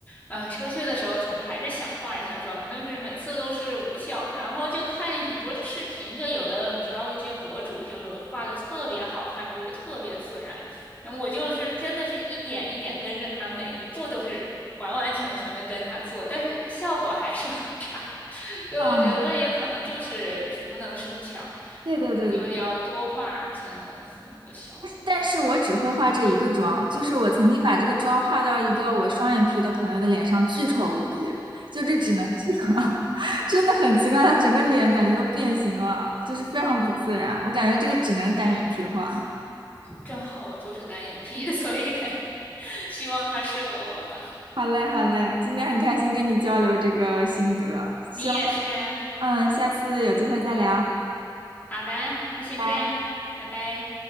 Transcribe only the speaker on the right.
哦，对对对对对，
但是我只会画这一个妆，就是我曾经把这个妆画到一个我双眼皮的朋友的脸上，巨丑无比，就这只能是我，<laughs> 真的很奇怪，他整个脸感觉都变形了，就是非常不自然，我感觉这个只能单眼皮画。
好嘞，好嘞，今天很开心跟你交流这个心得，希望，
嗯，下次有机会再聊。
拜拜。